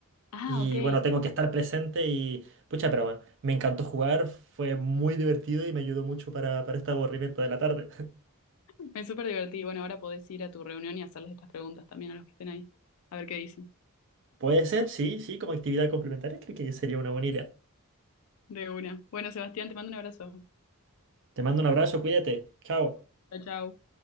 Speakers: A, on the left (about 70°); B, on the right (about 55°).
A: Ah,
B: Y
A: ok.
B: bueno, tengo que estar presente y pucha, pero me encantó jugar, fue muy divertido y me ayudó mucho para, para este aburrimiento de la tarde.
A: Me súper divertí. Bueno, ahora podés ir a tu reunión y hacerles estas preguntas también a los que estén ahí. A ver qué dicen.
B: <laughs> Puede ser, sí, sí, como actividad complementaria, creo que sería una buena idea.
A: De una. Bueno, Sebastián, te mando un abrazo.
B: Te mando un abrazo, cuídate. Chao.
A: Chao, chao.